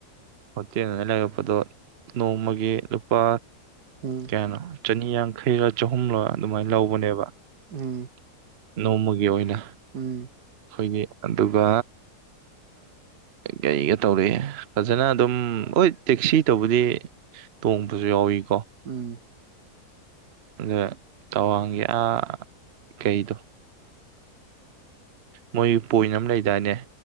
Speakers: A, on the right; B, on the right.
A: ꯍꯣꯇꯦꯜꯗ ꯂꯩꯔꯛꯄꯗꯣ ꯅꯣꯡꯃꯒꯤ ꯂꯨꯄꯥ
B: ꯎꯝ
A: ꯀꯌꯥꯅꯣ ꯆꯅꯤꯌꯥꯡ ꯈꯩꯔꯥ ꯆꯍꯨꯝꯔꯥ ꯑꯗꯨꯃꯥꯏꯅ ꯂꯧꯕꯅꯦꯕ
B: ꯎꯝ
A: ꯅꯣꯡꯃꯒꯤ ꯒꯤ ꯑꯣꯏꯅ
B: ꯎꯝ
A: ꯑꯩꯈꯣꯏꯒꯤ ꯑꯗꯨꯒ ꯀꯩꯒ ꯇꯧꯔꯛꯑꯦ ꯐꯖꯅ ꯑꯗꯨꯝ ꯍꯣꯏ ꯇꯦꯛꯁꯤ ꯇꯧꯕꯗꯤ ꯇꯣꯡꯕꯁꯨ ꯌꯥꯎꯋꯤꯀꯣ
B: ꯎꯝ
A: ꯑꯗ ꯇꯋꯥꯡꯒꯤ ꯑꯥ ꯀꯩꯗꯣ ꯃꯣꯏ ꯄꯣꯏꯟ ꯑꯃ ꯂꯩꯗꯥꯏꯅꯦ